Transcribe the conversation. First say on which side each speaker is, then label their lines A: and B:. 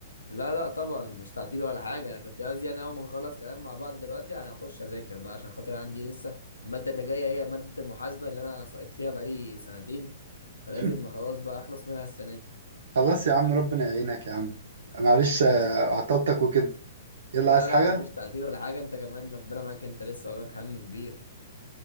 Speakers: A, on the left; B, on the right.
A: لا لا طبعا مش تعطيل ولا حاجة أنا كنت قصدي يعني أول ما نخلص كلام مع بعض دلوقتي هنخش أذاكر بقى عشان خاطر عندي لسه المادة اللي جاية هي مادة المحاسبة اللي أنا ساقط فيها بقالي سنتين فلازم
B: <laughs>
A: خلاص بقى أخلص منها السنة دي
B: خلاص يا عم ربنا يعينك يا عم معلش
A: ماشي
B: آه، عطلتك وكده يلا
A: لا
B: عايز
A: لا
B: حاجه
A: مفيش تعطيل ولا حاجة أنت كمان ربنا معاك أنت لسه وراك هم كبير